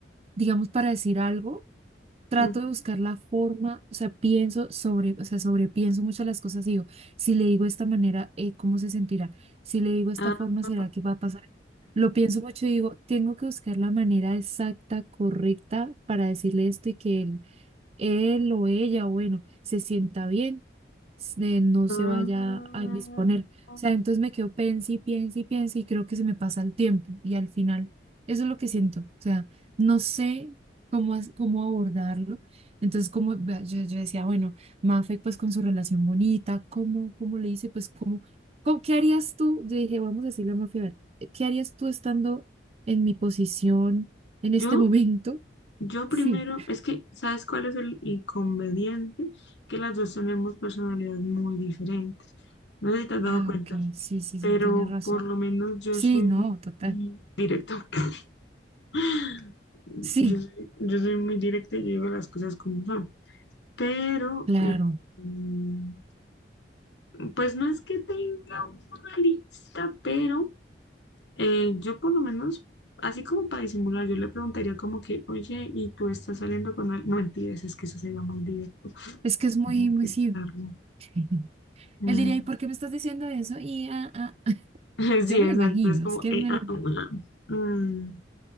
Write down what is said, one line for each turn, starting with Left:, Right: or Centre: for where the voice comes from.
Right: digamos, para decir algo. trato
Left: Ujú.
Right: de buscar la forma, o sea, pienso sobre, o sea, sobrepienso muchas las cosas y digo, si le digo de esta manera, eh, ¿cómo se sentirá? Si le digo de esta
Left: Ah,
Right: forma,
Left: <laughs>
Right: ¿será que va a pasar? Lo pienso mucho y digo, tengo que buscar la manera exacta, correcta para decirle esto y que él él o ella, bueno, se sienta bien, se- no
Left: ah.
Right: se vaya a indisponer. O sea, entonces me quedo pensando y pienso y pienso y creo que se me pasa el tiempo y al final eso es lo que siento. O sea, no sé cómo, as- cómo abordarlo. Entonces, como vea, yo, yo decía, bueno, Mafe, pues con su relación bonita, ¿cómo, cómo le hice? Pues, ¿cómo, cómo- qué harías tú? Yo dije, vamos a decirle a Mafe, a ver, ¿qué harías tú estando en mi posición en
Left: Yo,
Right: este momento?
Left: yo
Right: Sí.
Left: primero, es que, ¿sabes cuál es el inconveniente? Que las dos tenemos personalidades muy diferentes. No sé si te has dado
Right: Ah,
Left: cuenta,
Right: ok, sí, sí,
Left: pero
Right: sí, tienes razón.
Left: por lo menos yo
Right: Sí,
Left: soy
Right: no, total.
Left: muy directa. <laughs>
Right: Sí,
Left: Yo soy, yo soy muy directa y yo digo las cosas como son. pero
Right: claro.
Left: eh, mm, pues no es que tenga una lista, pero eh, yo por lo menos, así como para disimular, yo le preguntaría como que, oye, ¿y tú estás saliendo con él? No mentiras, es que eso sería muy directo.
Right: Es que es muy,
Left: Déjame
Right: muy
Left: pensarlo.
Right: sí. <laughs>
Left: Mm,
Right: Él diría, ¿y por qué me estás diciendo eso? Y ah, ah, ah".
Left: <laughs>
Right: Yo
Left: Sí,
Right: me
Left: exacto,
Right: lo imagino,
Left: es como,
Right: es que
Left: eh,
Right: me
Left: ah,
Right: lo imagino.
Left: ah, ah, mm,